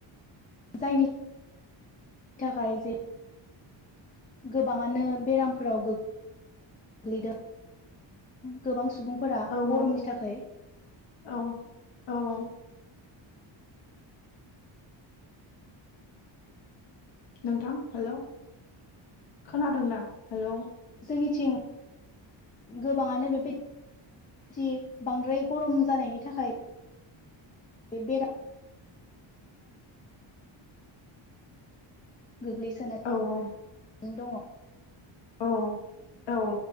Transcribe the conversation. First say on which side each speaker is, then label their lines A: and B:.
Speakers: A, on the left; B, on the left.
A: जायनि थाखाय जे गोबाङानो बेरामफोराव गो-गोग्लैदों। गोबां सुबुंफोरा
B: औ औ
A: गरमनि थाखै
B: औ औ औ नोंथां हेलौ खोनादोंना हेलौ?
A: जोंनिथिं गोबाङानो बेबाय <unintelligible> बांद्राय गरम जानायनि थाखाय बेरा गोग्लैसोनाय
B: औ औ।
A: दङ।
B: अ औ औ।